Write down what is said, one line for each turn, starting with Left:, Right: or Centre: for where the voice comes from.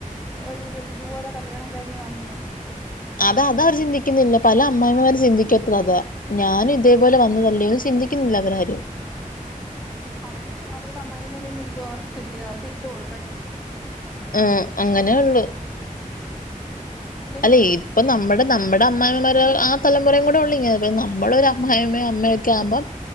Centre: ഒരു ഇത് പോലെ കല്യാണം കഴിഞ്ഞ് വന്നെയാ
Left: അത് അത് അവർ ചിന്തിക്കുന്നില്ല പല അമ്മായിയമ്മമാരും ചിന്തിക്ക അത അതാ ഞാനും ഇതേപോലെ വന്നതല്ലേന്ന് ചിന്തിക്കുന്നില്ല അവരാരും
Centre: ആഹ് അവര് അവരുടെ അമ്മായിയമ്മേൽ നിന്ന് എന്തോ അവർക്ക് കിട്ടിയത് അത് തിരിച്ച് കൊടുക്കാൻ ഇവര് നോക്കും
Left: ആഹ് അങ്ങനെ ഉള്ളു
Centre: അല്ലെങ്കിൽ
Left: അല്ലെ ഇപ്പ നമ്മടെ നമ്മുടെ അമ്മായിയമ്മമാരെ ആഹ് തലമുറയും കൂടെ ഉള്ളു ഇങ്ങനെ അപ്പ നമ്മള് ഒരു അമ്മായിയമ്മയും അമ്മയും ഒക്കെ ആവുമ്പം